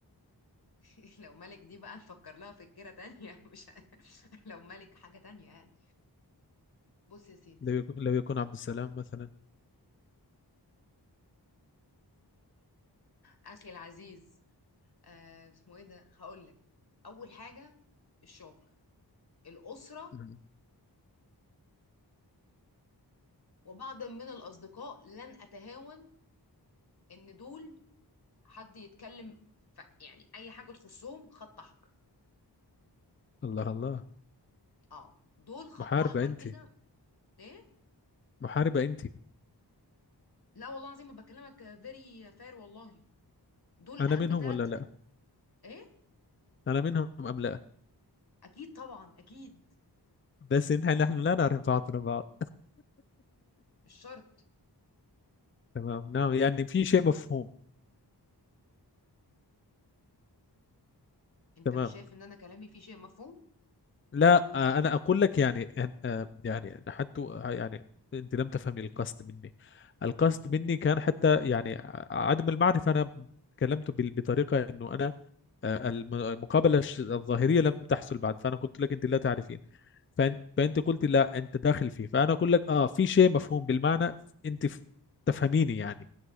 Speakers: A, on the left (about 60°); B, on the left (about 30°).
A: <laughs> لو ملك دي بقى نفكر لها فكرة تانية <laughs> مش <laughs> لو ملك حاجة تانية يعني بص يا سيدي
B: لو يكون, لو يكون عبد السلام مثلا
A: أخي العزيز آه اسمه إيه ده هقول لك أول حاجة الشغل الأسرة
B: مم.
A: وبعض من الأصدقاء لن أتهاون إن دول حد يتكلم ف... يعني أي حاجة تخصهم خط أحمر
B: الله الله
A: أه دول خط
B: محاربة
A: أحمر
B: أنت
A: كده إيه
B: محاربة أنت
A: لا والله العظيم ما بكلمك فيري فير والله دول
B: انا
A: أهم
B: منهم
A: ثلاث
B: ولا لا
A: إيه
B: انا منهم ام لا
A: أكيد طبعا أكيد
B: بس انت نحن لا نعرف بعضنا بعض
A: مش شرط
B: تمام نعم يعني في شيء مفهوم
A: انت
B: تمام
A: مش شايف ان انا كلامي فيه شيء مفهوم
B: لا آه، انا اقول لك يعني أن- آه، يعني حتى آه، يعني انت لم تفهمي القصد مني القصد مني كان حتى يعني ع- عدم المعرفه انا تكلمت بال- بطريقه انه انا آه، الم- المقابله الش- الظاهريه لم تحصل بعد فانا قلت لك انت لا تعرفين فانت فانت قلت لا انت داخل فيه فانا اقول لك اه في شيء مفهوم بالمعنى انت ف- تفهميني يعني